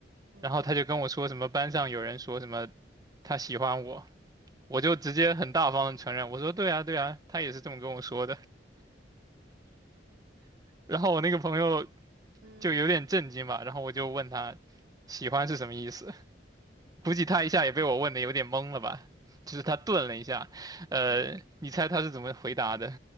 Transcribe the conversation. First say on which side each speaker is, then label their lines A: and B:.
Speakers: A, on the right (about 80°); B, on the right (about 20°).
A: 嗯
B: 然后他就跟我说什么班上有人说什么他喜欢我，我就直接很大方的承认，我说对啊对啊，他也是这么跟我说的。然后我那个朋友
A: 嗯，
B: 就有点震惊吧，然后我就问他喜欢是什么意思，估计他一下也被我问的有点懵了吧，就是他顿了一下，呃，
A: 呃，
B: 你猜他是怎么回答的？